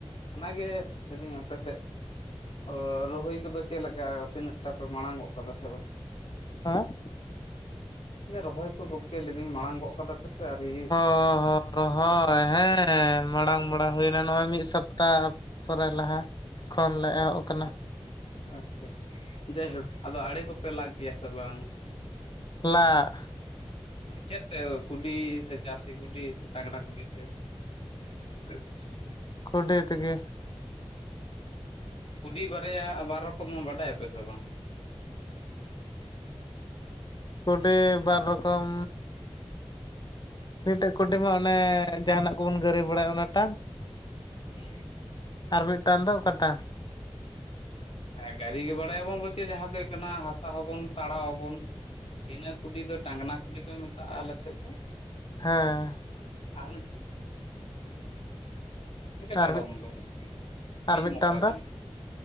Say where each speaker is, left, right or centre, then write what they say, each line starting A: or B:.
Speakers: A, on the left (about 80°); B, on the left (about 45°).
A: ᱚᱱᱟᱜᱮ ᱞᱟᱹᱭ <unintelligible> ᱟᱯᱮ ᱥᱮᱫ ᱚᱻ ᱨᱚᱦᱩᱭ ᱠᱚᱫᱚ ᱪᱮᱫ ᱞᱮᱠᱟ ᱛᱤᱱᱟᱹᱜ ᱴᱟ ᱯᱮ ᱢᱟᱲᱟᱝ ᱜᱚᱜ ᱠᱟᱫᱟ ᱥᱮ ᱵᱟᱝ?
B: ᱦᱮᱸ
A: ᱨᱚᱦᱚᱭ ᱠᱚ ᱜᱚᱢᱠᱮ ᱞᱟᱹᱭ ᱮᱫᱟᱹᱧ ᱢᱟᱲᱟᱝ ᱜᱚᱫ ᱠᱟᱫᱟ ᱯᱮᱥᱮ ᱟᱹᱣᱨᱤ
B: ᱚᱦᱚ ᱨᱚᱦᱚᱭ ᱦᱮᱸ ᱢᱟᱲᱟᱝ ᱢᱟᱲᱟᱝ ᱦᱩᱭᱱᱟ ᱱᱚᱜᱼᱚᱭ ᱢᱤᱫ ᱥᱚᱯᱛᱟ ᱯᱚᱨᱮ ᱞᱟᱦᱟ ᱠᱷᱚᱱ ᱞᱮ ᱮᱦᱚᱵ ᱟᱠᱟᱱᱟ
A: ᱟᱪᱪᱷᱟ ᱡᱟᱭᱦᱩᱠ ᱟᱫᱚ ᱟᱲᱮ ᱠᱚᱯᱮ ᱞᱟ ᱠᱮᱭᱟ ᱥᱮ ᱵᱟᱝ
B: ᱞᱟᱜ
A: ᱪᱮᱫ ᱛᱮ ᱠᱩᱰᱤ ᱥᱮ ᱪᱟᱹᱥᱤ ᱠᱩᱰᱤ ᱥᱮ ᱴᱟᱝᱱᱟ ᱠᱩᱰᱤ ᱛᱮ? <unintelligible>
B: ᱠᱩᱰᱤ ᱛᱮᱜᱮ
A: ᱠᱩᱰᱤ ᱵᱟᱨᱭᱟ ᱵᱟᱨ ᱨᱚᱠᱚᱢ ᱵᱟᱰᱟᱭᱟᱯᱮ ᱥᱮ ᱵᱟᱝ?
B: ᱠᱩᱰᱤ ᱵᱟᱨ ᱨᱚᱠᱚᱢ ᱢᱤᱫᱴᱮᱡ ᱠᱩᱴᱤ ᱢᱟ ᱚᱱᱮ ᱡᱟᱦᱟᱱᱟᱜ ᱠᱚᱵᱚᱱ ᱜᱟᱹᱨᱤ ᱵᱟᱲᱟᱭᱟ ᱚᱱᱟ ᱴᱟᱝ
A: ᱦᱮᱸ
B: ᱟᱨ ᱢᱤᱫᱴᱟᱝ ᱫᱚ ᱚᱠᱟᱴᱟᱜ?
A: ᱦᱮᱸ ᱜᱟᱹᱨᱤ ᱜᱮ ᱵᱟᱲᱟᱭᱟᱵᱚᱱ ᱵᱚᱞᱪᱮ ᱡᱟᱦᱟᱸ ᱫᱚ ᱦᱩᱭᱩᱜ ᱠᱟᱱᱟ ᱦᱟᱥᱟ ᱦᱚᱸᱵᱚᱱ ᱛᱟᱲᱟᱣ ᱟᱵᱚᱱ ᱤᱱᱟᱹ ᱠᱩᱰᱤ ᱫᱚ ᱴᱟᱝᱱᱟ ᱠᱩᱰᱤ ᱠᱚ ᱢᱮᱛᱟᱜᱼᱟ ᱟᱞᱮᱥᱮᱫ ᱫᱚ
B: ᱦᱮᱸ
A: ᱟᱨ ᱢᱤᱫ <unintelligible> ᱰᱟᱰᱚᱢ
B: ᱟᱨ ᱢᱤᱫ
A: ᱫᱚ
B: ᱟᱨ
A: ᱢᱤᱫ
B: ᱢᱤᱫᱴᱟᱝ
A: ᱢᱚᱠᱟ
B: ᱫᱚ
A: ᱜᱟᱱ